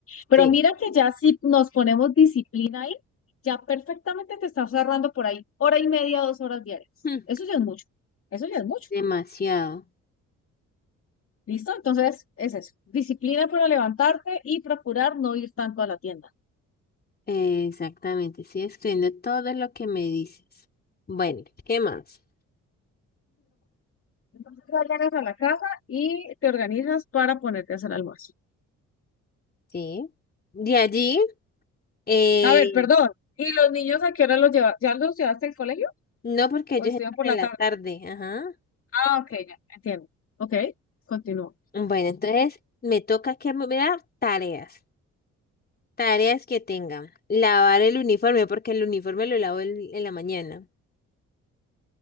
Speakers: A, on the left; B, on the left.
A: Pero
B: Sí.
A: mira que ya si nos ponemos disciplina ahí, ya perfectamente te estás ahorrando por ahí hora y media, dos horas diarias.
B: Hmm,
A: Eso ya es mucho. Eso ya es mucho.
B: Demasiado.
A: ¿Listo? Entonces, es eso. Disciplina para levantarte y procurar no ir tanto a la tienda.
B: Eh, Exactamente. Estoy escribiendo todo lo que me dices. Bueno, ¿qué más?
A: Entonces, ya llegas a la casa y te organizas para ponerte a hacer almuerzo.
B: Sí. De allí, eh,
A: A ver, perdón. ¿Y los niños a qué hora los llevas? ¿Ya los llevaste al colegio
B: no porque
A: o
B: ellos
A: estudian
B: entran
A: por
B: en
A: la
B: la
A: tarde?
B: tarde. Ajá.
A: Ah, ok, ya, entiendo. Ok, continúo.
B: Bueno, entonces me toca que me dar tareas. Tareas que tengan. Lavar el uniforme, porque el uniforme lo lavo el- en la mañana.